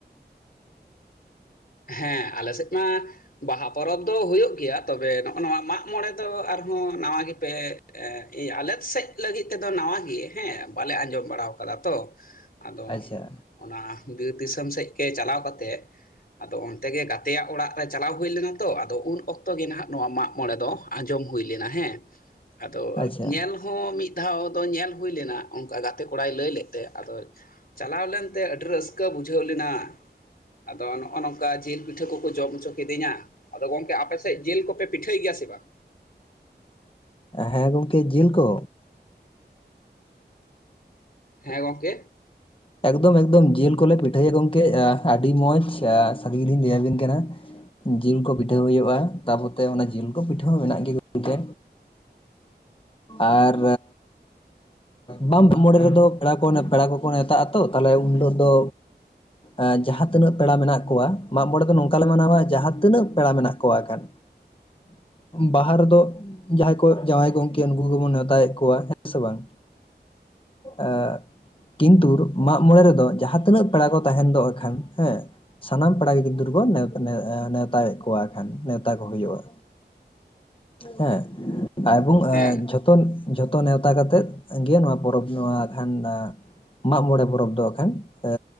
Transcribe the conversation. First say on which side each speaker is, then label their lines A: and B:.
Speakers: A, on the left; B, on the left.
A: ᱦᱮᱸ ᱟᱞᱮ ᱥᱮᱫ ᱢᱟ ᱵᱟᱦᱟ ᱯᱚᱨᱚᱵᱽ ᱫᱚ ᱦᱳᱭᱳᱜ ᱜᱮᱭᱟ᱾ ᱛᱚᱵᱮ ᱱᱚᱸᱜ-ᱚ ᱱᱚᱣᱟ ᱢᱟᱜ ᱢᱚᱸᱬᱮ ᱫᱚ ᱟᱨᱦᱚᱸ ᱱᱟᱣᱟ ᱜᱮᱯᱮ ᱮᱸᱻ ᱟᱞᱮ ᱥᱮᱫ ᱞᱟᱹᱜᱤᱫ ᱛᱮᱫᱚ ᱱᱟᱣᱟ ᱜᱮ ᱦᱮᱸ ᱵᱟᱞᱮ ᱟᱸᱡᱚᱢ ᱵᱟᱲᱟᱣ ᱠᱟᱫᱟ ᱛᱚ᱾ ᱟᱫᱚ
B: ᱟᱪᱪᱷᱟ
A: ᱚᱱᱟ ᱵᱤᱨ ᱫᱤᱥᱚᱢ ᱥᱮᱫ ᱜᱮ ᱪᱟᱞᱟᱣ ᱠᱟᱛᱮᱫ ᱟᱫᱚ ᱚᱱᱛᱮ ᱜᱮ ᱜᱟᱛᱮᱭᱟᱜ ᱚᱲᱟᱜ ᱨᱮ ᱪᱟᱞᱟᱣ ᱦᱩᱭ ᱞᱮᱱᱟ ᱛᱚ᱾ᱟᱫᱚ ᱩᱱ ᱚᱠᱛᱚ ᱜᱮ ᱱᱟᱦᱟᱜ ᱱᱚᱣᱟ ᱢᱟᱜ ᱢᱚᱸᱬᱮ ᱫᱚ ᱟᱸᱡᱚᱢ ᱦᱩᱭ ᱞᱮᱱᱟ ᱦᱮᱸ᱾ ᱟᱫᱚ
B: ᱟᱪᱪᱷᱟ
A: ᱧᱮᱞ ᱦᱚᱸ ᱢᱤᱫ ᱫᱷᱟᱣ ᱫᱚ ᱧᱮᱞ ᱦᱩᱭ ᱞᱮᱱᱟ᱾ ᱚᱱᱠᱟ ᱜᱟᱛᱮ ᱠᱚᱲᱟᱭ ᱞᱟᱹᱭ ᱞᱮᱫ ᱛᱮ ᱟᱫᱚ ᱪᱟᱞᱟᱣ ᱞᱮᱱ ᱛᱮ ᱟᱹᱰᱤ ᱨᱟᱹᱥᱠᱟᱹ ᱵᱩᱡᱷᱟᱹᱣ ᱞᱮᱱᱟ᱾ ᱟᱫᱚ ᱱᱚᱸᱜ-ᱚ ᱱᱚᱝᱠᱟ ᱡᱮᱞ ᱯᱤᱴᱷᱟᱹ ᱠᱚᱠᱚ ᱡᱚᱢ ᱦᱚᱪᱚ ᱠᱤᱫᱤᱧᱟ᱾ ᱟᱫᱚ ᱜᱚᱝᱠᱮ ᱟᱯᱮ ᱥᱮᱫ ᱡᱮᱞ ᱠᱚᱯᱮ ᱯᱤᱴᱷᱟᱹᱭ ᱜᱮᱭᱟ ᱥᱮ ᱵᱟᱝ?
B: ᱦᱮᱸ ᱜᱚᱝᱠᱮ, ᱡᱤᱞ ᱠᱚ
A: ᱦᱮᱸ ᱜᱚᱝᱠᱮ
B: ᱮᱠᱫᱚᱢ ᱮᱠᱫᱚᱢ ᱡᱤᱞ ᱠᱚᱞᱮ ᱯᱤᱴᱷᱟᱹᱭᱟ ᱜᱚᱢᱠᱮ ᱟᱹᱰᱤ ᱢᱚᱸᱡᱽ ᱥᱟᱜᱤᱧ ᱞᱤᱧ ᱞᱟᱹᱭᱟᱵᱤᱱ ᱠᱟᱱᱟ ᱡᱤᱞ ᱠᱚ ᱯᱤᱴᱷᱟᱹ ᱦᱩᱭᱩᱜ-ᱟ, ᱛᱟᱯᱚᱛᱮ ᱚᱱᱮ ᱡᱤᱞ ᱠᱚ ᱯᱤᱴᱷᱟᱹ ᱦᱚᱸ ᱢᱮᱱᱟᱜ ᱜᱮ ᱜᱚᱢᱠᱮ ᱟᱨ ᱵᱟᱢ ᱢᱚᱬᱮ ᱨᱮᱫᱚ ᱯᱮᱲᱟ ᱠᱚ ᱯᱮᱲᱟ ᱠᱚᱠᱚ ᱱᱮᱶᱛᱟᱜ ᱟᱛᱚ ᱛᱟᱦᱞᱮ ᱩᱱ ᱦᱤᱞᱳᱜ ᱫᱚ ᱮ ᱡᱟᱦᱟᱸ ᱛᱤᱱᱟᱹᱜ ᱯᱮᱲᱟ ᱢᱮᱱᱟᱜ ᱠᱚᱣᱟ ᱢᱟᱜ ᱢᱚᱬᱮ ᱫᱚ ᱱᱚᱝᱠᱟ ᱞᱮ ᱢᱟᱱᱟᱣᱟ ᱡᱟᱦᱟᱸ ᱛᱤᱱᱟᱹᱜ ᱯᱮᱲᱟ ᱢᱮᱱᱟᱜ ᱠᱚᱣᱟ ᱟᱠᱷᱟᱱ ᱵᱟᱦᱟ ᱨᱮᱫᱚ ᱡᱟᱦᱟᱸᱭ ᱠᱚ ᱡᱟᱶᱟᱭ ᱜᱚᱢᱠᱮ-ᱟ, ᱱᱩᱠᱩ ᱠᱚ ᱜᱮᱵᱚᱱ ᱱᱮᱣᱛᱟᱭᱮᱜ ᱠᱚᱣᱟ ᱦᱮᱸ ᱥᱮ ᱵᱟᱝ? ᱟ ᱠᱤᱱᱛᱩᱨ ᱢᱟᱜ ᱢᱚᱬᱮ ᱨᱮᱫᱚ ᱡᱟᱦᱟᱸ ᱛᱤᱱᱟᱹᱜ ᱯᱮᱲᱟ ᱠᱚ ᱛᱟᱦᱮᱱ ᱫᱚ ᱮᱱᱠᱷᱟᱱ ᱦᱮᱸ ᱥᱟᱱᱟᱢ ᱯᱮᱲᱟᱜᱮ ᱜᱤᱫᱟᱹᱨ ᱠᱚ ᱱᱮᱣᱛᱟ ᱱᱮᱣᱛᱟᱭᱮᱜ ᱠᱚᱣᱟ ᱮᱠᱷᱟᱱ, ᱱᱮᱣᱛᱟ ᱠᱚ ᱦᱩᱭᱩᱜ-ᱟ ᱦᱮᱸ ᱮᱵᱚᱝ
A: ᱦᱮᱸ
B: ᱟ ᱡᱷᱚ ᱛᱚᱱ, ᱡᱷᱚᱛᱚ ᱱᱮᱣᱛᱟ ᱠᱟᱛᱮᱜ ᱜᱮ ᱱᱚᱣᱟ ᱯᱚᱨᱚᱵᱽ ᱱᱚᱣᱟ ᱠᱷᱟᱱ ᱢᱟᱜ ᱢᱚᱬᱮ ᱯᱚᱨᱚᱵᱽ ᱫᱚ ᱦᱟᱜ ᱠᱷᱟᱱ ᱮ